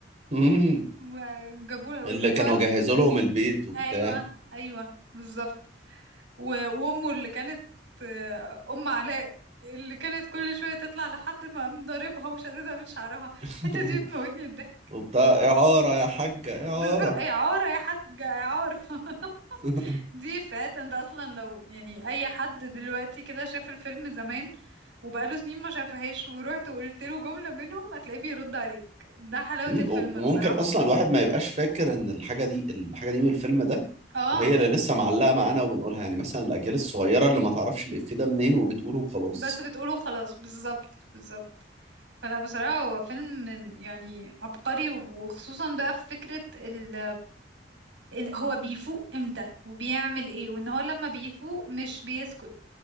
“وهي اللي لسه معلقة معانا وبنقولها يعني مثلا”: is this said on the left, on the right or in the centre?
Right